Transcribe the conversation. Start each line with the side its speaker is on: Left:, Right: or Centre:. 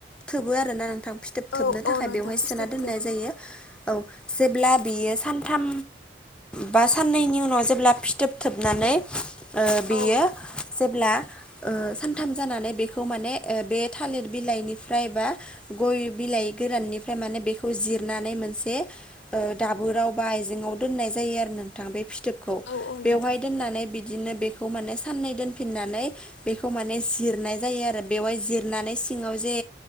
Centre: थोबो आरोना नोंथां। फिथोब थोबनो
Left: औ
Centre: थाखाय
Left: औ नोंथां
Centre: बेवहाय
Left: फिथोब
Centre: सोना दोननाय
Left: थोबो
Centre: जायो औ जेब्ला बियो सानथाम बा साननैनि उनाव जेब्ला फिथोबथोबनानै ओ बेयो
Left: औ
Centre: जेब्ला ओ सानथाम जानानै बे बेखौ माने ओ बे थालिर बिलाइनिफ्राय बा गय बिलाइ गोराननिफ्राय माने बेखौ जिरनानै मोनसे ओ दाबोराव बा आइजें ङाव दोननाय जायो नोंथां बे फिथोबखौ
Left: औ औ
Centre: बेवहाय
Left: नोंथां
Centre: दोननानै बिदिनो बेखौ माने साननै दोनफिननानै बेखौ माने जिरनाय जायो आरो बेवहाय जिरनानै सिङाव जे